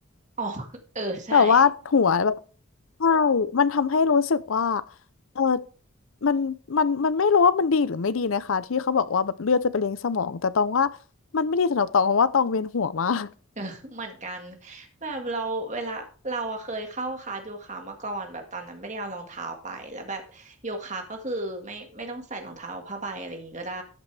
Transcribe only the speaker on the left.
แต่ว่าหัวแบบ
ใช่มันทำให้รู้สึกว่าเออมันมัน มันไม่รู้ว่ามันดีหรือไม่ดีนะคะที่เขาบอกว่าแบบเลือดจะไปเลี้ยงสมองแต่ตองว่ามันไม่ดีสำหรับตองเพราะว่าตองเวียนหัวมาก